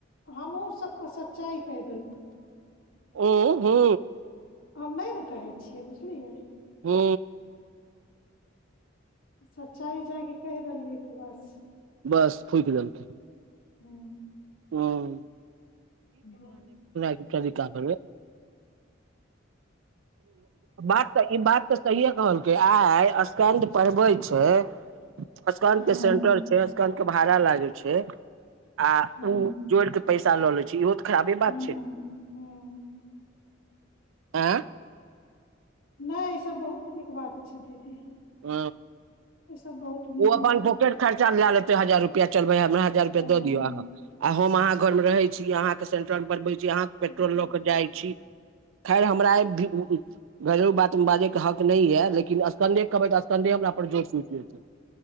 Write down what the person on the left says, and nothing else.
हमहुँ सच्चाई कहू
हम नहि ने कहै छियै बुझलियै।
सच्चाइ जाकि कहि देलियै कि बस।
हू।
हू
हुँ,
हुँ,
हुँ,
हुँ।
नहि ई सभ बहुत नीक बात छै दीदी।
ई सब बहुत नीक
बात
छै।
हँ।
हुँ,